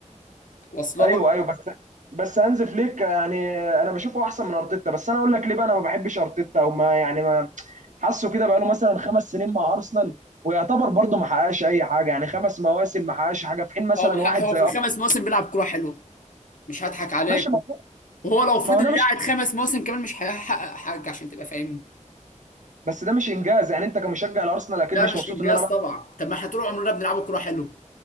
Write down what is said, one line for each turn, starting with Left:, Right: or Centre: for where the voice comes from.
Left: واصله
Right: ايوه
Left: لك
Right: ايوه بس هانز فليك يعني انا بشوفه احسن من ارتيتا بس انا اقول لك ليه بقى انا ما بحبش ارتيتا او ما يعني ما حاسه كده بقى له مثلا خمس سنين مع ارسنال ويعتبر برضه ما حققش اي حاجه يعني خمس مواسم ما حققش حاجه في حين مثلا
Left: هو مح-
Right: واحد
Left: هو
Right: زي
Left: في
Right: أرسنال
Left: الخمس مواسم بيلعب كوره حلوه مش هضحك عليك
Right: ماشي ما هو
Left: وهو لو فضل
Right: ما هو ده مش
Left: قاعد خمس مواسم كمان مش هيحقق حاجه عشان تبقى فاهمني
Right: بس ده مش انجاز يعني انت كمشجع الارسنال اكيد
Left: لا
Right: مش
Left: مش
Right: مبسوط
Left: انجاز
Right: ان انا بقى.
Left: طبعا طب ما احنا طول عمرنا بنلعب كوره حلوه